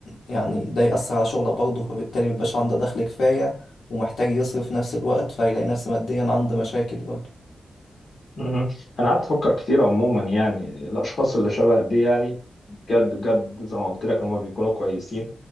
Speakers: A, on the left; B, on the left.
A: يعني ده يأثر على شغله برضه فبالتالي مبيبقاش عنده دخل كفاية ومحتاج يصرف في نفس الوقت فهيلاقي نفسه ماديا عنده مشاكل برضه
B: مهم. انا قعدت افكر كتير عموما يعني الاشخاص اللي شبه دي يعني بجد بجد زي ما قلت لك هم بيكونوا كويسين